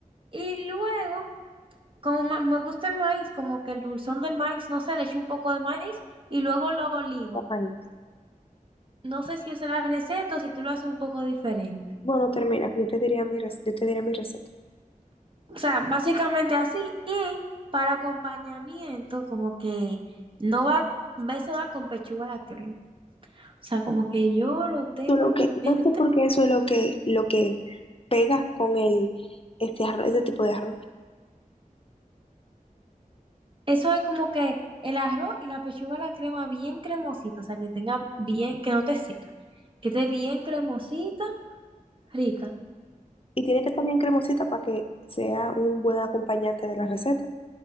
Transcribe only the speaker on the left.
Ay.
Bueno, termina, que yo te diría mi, rec- yo te diré mi receta.
Yo Lo
que,
no sé por qué eso es lo que, lo que pega con el, este arroz, ese tipo de arroz.
Y tiene que estar bien cremosita para que sea un buen acompañante de la receta.